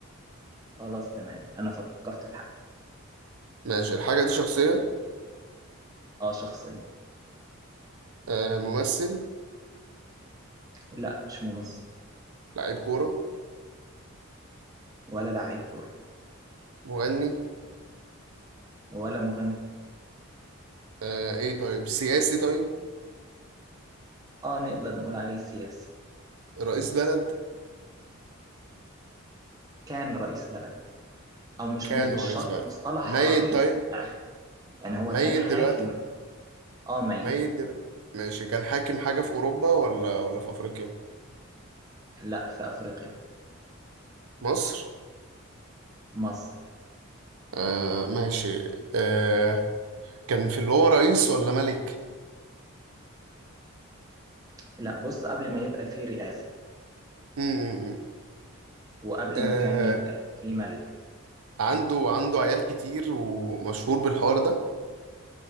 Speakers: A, on the right (about 15°); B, on the right (about 85°).
A: خلاص تمام انا فكرت في حاجه
B: ماشي الحاجة دي شخصية
A: اه شخصيه
B: آه ممثل
A: لا مش ممثل
B: لعيب كورة
A: ولا لعيب كوره
B: مغني
A: ولا مغني
B: آه ايه طيب سياسي طيب
A: اه نقدر نقول عليه سياسي
B: رئيس بلد
A: كان رئيس بلد او مش
B: كان
A: مش
B: رئيس
A: شرط
B: بلد
A: مصطلح
B: ميت
A: رئيس
B: طيب
A: يعني يعني هو
B: ميت
A: كان حاكم
B: دلوقتي
A: اه ميت
B: ميت دلوقتي ماشي كان حاكم حاجة في أوروبا ولا ولا في أفريقيا
A: لا في أفريقيا
B: مصر
A: مصر
B: آه ماشي آه كان في اللي هو رئيس ولا ملك
A: لا بص قبل ما يبقى فيه رئاسة
B: م- م- م.
A: وقبل
B: آه
A: ما كان يبقى فيه ملك
B: عنده عنده عيال كتير ومشهور بالحوار ده